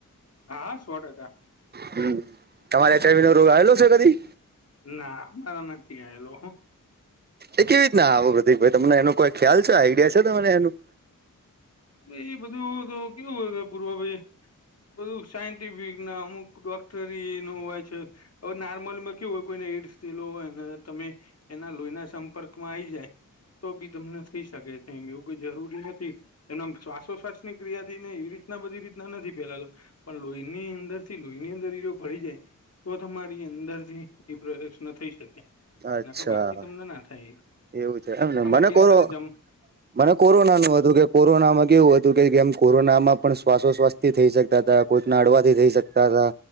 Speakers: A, on the left (about 50°); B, on the right (about 30°).
A: હા સો ટકા,
B: હ તમારે એચ આઈ વી રોગ આવેલો છે કદી,
A: ના મારા નથી આયલો હ,
B: એ કેવી રીતના આવો પ્રતિક ભાઈ તમને એનો કોઈ ખ્યાલ છે, આઈડિયા છે તને એનું,
A: ઈ બધું તો કેવું હોય પૂર્વા ભાઈ, બધું સાયન્ટિફિક ના અમુક ડોક્ટરી નુ હોય છે. હવે નોર્મલમાં કેવું હોય કોઈને એઈડ્સ થેલો હોય ને તમે, એના લોહીના સંપર્કમાં આવીઈ જાય તો બી તમને થઈ શકે છે એમ એવું કોઈ જરૂરી નથી, એના આમ શ્વાસોશ્વાસ ની ક્રિયા થી ને એવી રીતના બધી રીતના નથી ફેલાતો, પણ લોહીની અંદર થી લોહીની અંદર ઇ રો ભરી જાય, તો તમારી અંદર થી એ પ્રયશન થઈ શકે.
B: અચ્છા
A: ના બાકી તમને ના થાય,
B: એવું છે એમને
A: હ
B: મને
A: બાકીની
B: કોરો
A: સાથે જમ
B: મને કોરોના નું હતું કે, કોરોના માં કેવું હતું કેમ કોરોનામાં પણ શ્વાસોશ્વાસ થી થઈ શકતા હતા કોઈકના અડવાથી થઈ શકતા હતા,